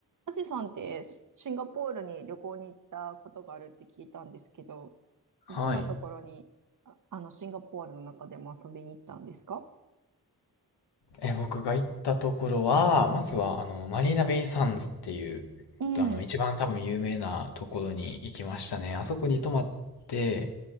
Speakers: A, on the right; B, on the left.
A: アジさんってシンガポールに旅行に行ったことがあるって聞いたんですけど、
B: はい。
A: どんなところにああのシンガポールの中でも遊びに行ったんですか
B: え、僕が行ったところは、まずは、あの、マリーナベイサンズっていう、
A: うん、
B: あの、一番多分有名なところに行きましたね。あそこに泊まって、